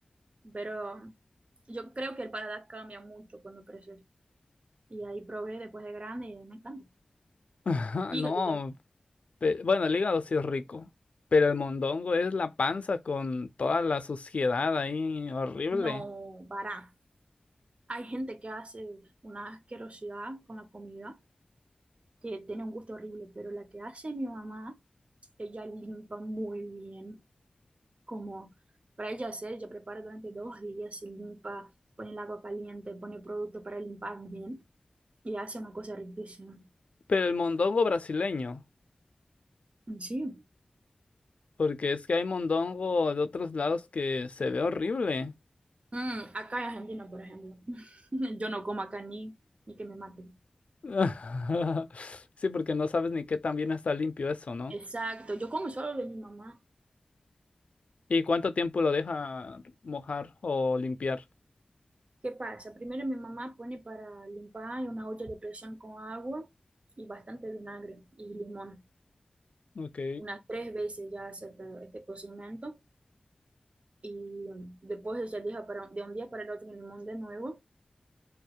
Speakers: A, on the right; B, on the left.
A: pero yo creo que el paladar cambia mucho cuando creces. Y ahí probé después de grande y me encanta.
B: <laughs>
A: Hígado
B: No,
A: también.
B: Pe- Bueno, el hígado sí es rico, pero el mondongo es la panza con toda la suciedad ahí, horrible.
A: No, para. Hay gente que hace una asquerosidad con la comida, que tiene un gusto horrible, pero la que hace mi mamá, ella limpa muy bien. como para ella hacer, ella prepara durante dos días, se limpa, pone el agua caliente, pone producto para limpar bien y hace una cosa riquísima.
B: Pero el mondongo brasileño,
A: Y Sí.
B: porque es que hay mondongo de otros lados que se ve horrible.
A: Mm, acá en Argentina, por ejemplo, <laughs> yo no como acá ni, ni que me maten.
B: <laughs> Sí, porque no sabes ni qué tan bien está limpio eso, ¿no?
A: Exacto, yo como solo de mi mamá.
B: ¿Y cuánto tiempo lo deja mojar o limpiar?
A: ¿Qué pasa? Primero mi mamá pone para limpar una olla de presión con agua y bastante vinagre y limón.
B: Ok,
A: Unas tres veces ya hace esta- este, cocimiento y mm, después ella deja para, de un día para el otro el limón de nuevo